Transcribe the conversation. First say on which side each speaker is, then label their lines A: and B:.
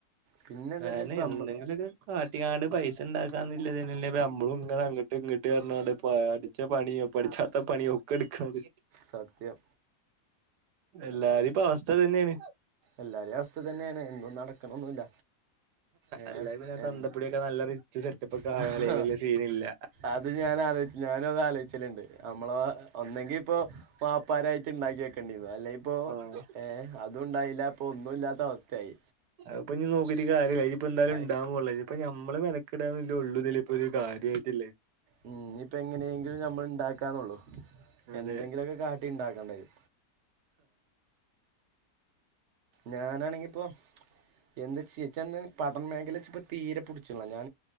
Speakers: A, on the right (about 55°); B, on the right (about 80°).
A: പിന്നെന്താ വെച്ചാൽ
B: അന്നെ
A: ഇപ്പം
B: എന്തെങ്കിലൊരു
A: നമ്മൾ
B: കാട്ടികാണ്ട് പൈസ ഇണ്ടാക്കാന്ന്ല്ലതേനില്ലപ്പൊ നമ്മളും ഇങ്ങനെ അങ്ങ ട്ട് ഇങ്ങട്ട് പറ്ഞ്ഞാണ്ട് പട്ച്ചപണിം പട്ച്ചാത്തപണിയൊക്കെ ഇടക്ക്ണത്
A: സത്യം
B: എല്ലാരിപ്പ അവസ്ഥ ഇതന്നെണ്
A: എല്ലാരിഅവസ്ഥ ഇതന്നെണ് ഇന്നും നടക്കണ്ന്നുല്ല ഏ
B: അല്ലെ പിന്നെ
A: എ
B: തന്തപ്പൊടിയൊക്കെ നല്ല റിച്ച് സെറ്റപ്പ് ഒക്കെ
A: ഹ
B: ആയാലേ
A: ഹ
B: വലിയ സീനില്ല
A: അത് ഞാൻ ആലോ ഞാനും അത് ആലോച്ചല്ണ്ട് നമ്മള ഒന്നെങ്കി ഇപ്പോ വാപ്പാരായിട്ട് ഇണ്ടാക്കി വെക്കേണ്ടിന്നു അല്ലെയി പ്പോ
B: ആഹ്
A: ഏഹ് അതുണ്ടായില്ല പ്പോ ഒന്നു ഇല്ലാത്ത അവസ്ഥയായി
B: അഹ്പ്പൊ ഇഞ്ഞ് നോക്കിട്ട്കാര്യല്ല ഇനിപ്പന്താലും
A: ആയി
B: ഇണ്ടാവപോണ്ല്ല ഇപ്പ ഞമ്മള് മെനക്കടാന്നുള്ളുതില് ഇപ്പൊരു കാര്യയാട്ടില്ലെ
A: ഉം ഇഞ്ഞ്പ്പ എങ്ങനേങ്കിലും നമ്മള് ഇണ്ടാക്കാന്നൊള്ളു
B: അതെ
A: എന്തെങ്കിലുലൊക്കെ കാട്ടി ഇണ്ടാക്കണ്ടഹ് ഞാനാണെങ്കിപ്പൊ എന്താ ചെയ്യാച്ചന്ന് പഠനമേഖല ഇച്ച്പ്പ തീരെ പുട്ച്ച്ല്ല